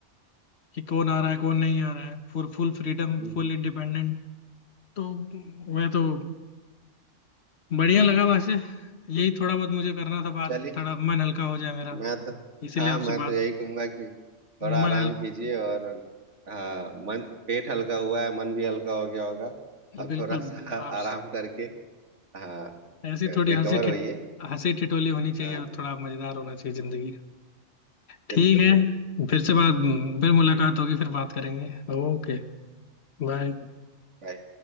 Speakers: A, on the left; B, on the right.
A: कि कौन आ रहा है कौन नहीं आ रहा है full full freedom
B: हम्म।
A: full independent तो मैं तो बढ़िया लगा वैसे यही थोड़ा बहुत मुझे करना था बात
B: चलिए
A: थोड़ा मन हल्का हो जाए मेरा
B: मैं तो
A: इसीलिए
B: हाँ
A: आपसे
B: मैं
A: बात
B: तो यही कहूंगा कि थोड़ा
A: मन
B: आराम
A: हल्का
B: कीजिए और हाँ मन पेट हल्का हुआ है मन भी हल्का हो गया होगा अब
A: बिल्कुल
B: थोड़ा सा <laughs>
A: आप
B: आराम करके हाँ
A: ऐसी
B: रिकवर
A: थोड़ी हंसी ठिठ
B: होइए
A: हंसी ठिठोली होनी चाहिए
B: हाँ
A: और थोड़ा मजेदार होना चाहिए जिंदगी ठीक
B: बिल्कुल
A: है
B: बिल्कुल
A: फिर से बात फिर मुलाकात होगी फिर बात करेंगे ओके बाय
B: बाय